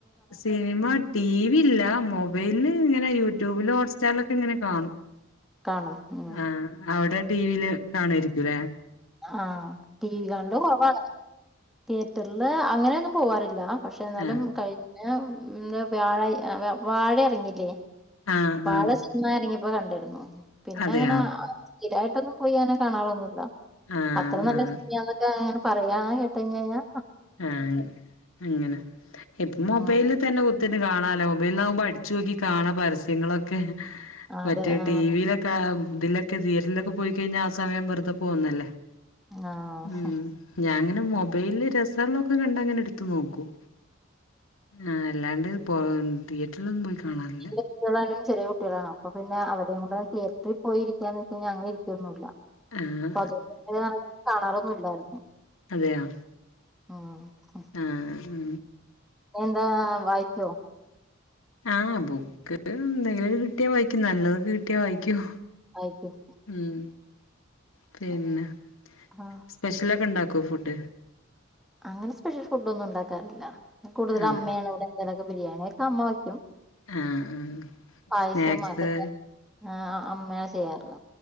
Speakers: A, on the left; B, in the centre.
A: cinema, TV ഇല്ല മൊബൈൽല് ഇങ്ങനെ യൂട്യൂബില് ഹോട്ട്സ്റ്റാറിലൊക്കെ ഇങ്ങനെ കാണും.
B: കാണും ഉം
A: ആഹ് അവ്ടെ ടീ വി ല് കാണുവായിരിക്കുലേ.
B: ആഹ് ടി വി കാണല് കൊറവാണ്. തിയേറ്റർല് അങ്ങനെയൊന്നും പോവാറില്ല. പക്ഷേ എന്നാലും
A: ആഹ്
B: കഴിഞ്ഞ എന്താ വ്യാഴ വാഴ എറങ്ങില്ലേ
A: ആഹ്
B: വാഴ
A: ആഹ്
B: സിനിമ എറങ്ങിയപ്പോ കണ്ടിരുന്നു പിന്നെ
A: അതെയോ
B: അങ്ങനെ സ്ഥിരായിട്ടൊന്നും പോയി അങ്ങനെ കാണാറൊന്നുല്ല.
A: ആഹ്
B: അത്ര നല്ല
A: ആഹ്
B: സിനമയാന്നൊക്കെ ഇങ്ങന പറയാന്ന് കേട്ട് കഴിഞ്ഞഴിഞ്ഞാ
A: ആഹ് അങ്ങനെ. ഇപ്പം മൊബൈല്
B: ഉം
A: തന്നെ കുത്തിന് കാണാല്ലോ മൊബൈൽന്നാവുമ്പോ അടിച്ചോക്കി കാണാ പരസ്യങ്ങളൊക്കെ.
B: അതെ
A: മറ്റേ
B: ആഹ്
A: ടി വിയിലൊക്കെ ഇതിലൊക്കെ തിയേറ്ററിലൊക്കെ പോയിക്കഴിഞ്ഞാ ആ സമയം വെറുതെ പോകന്നല്ലേ.
B: ആഹ്
A: ഉം ഞാൻങ്ങനെ മൊബൈലില് രസള്ളൊക്കെ കണ്ടാ ഇങ്ങനെ ഇട്ത്ത് നോക്കും. ആഹ് അല്ലാണ്ട് പോ തിയേറ്റർലൊന്നും പോയി കാണാറില്ല
B: <unintelligible> കുട്ടിയേളായാലും ചെറിയ കുട്ടികളാണ് അപ്പൊ പിന്നെ അവരയും കൂടെ തിയേറ്ററി പോയി ഇരിക്കാന്ന് വെച്ച് കഴിഞ്ഞാ അങ്ങനെ ഇരിക്കൊന്നുല്ല.
A: ആ
B: അപ്പ അതുകൊണ്ട് കാണാറൊന്നും ഇല്ലായിരുന്നു.
A: അതെയോ
B: ആഹ്
A: ആഹ് ആഹ്
B: പിന്നെന്താ, വായിക്കോ?
A: ആഹ് ബുക്ക് എന്തെങ്കിലൊക്കെ കിട്ടിയാ വായിക്കും നല്ലതൊക്കെ കിട്ടിയാ വായിക്കും.
B: വായിക്കും
A: ഉം പിന്നെ
B: ഉം ആഹ്
A: സ് പെഷ്യലൊക്കെ ഇണ്ടാക്കോ ഫുഡ്?
B: അങ്ങനെ സ്പെഷ്യൽ ഫുഡൊന്നും ഉണ്ടാക്കാറില്ല കൂടുതലും
A: അതെ
B: അമ്മയാണ് ഇവിടെ എന്തേലൊക്കെ ബിരിയാണിയൊക്കെ അമ്മ വയ്ക്കും.
A: ആ ആ
B: പായസം
A: സ്നാക്സ്
B: അതൊക്കെ ആഹ് അമ്മയാ ചെയ്യാറുള്ളെ.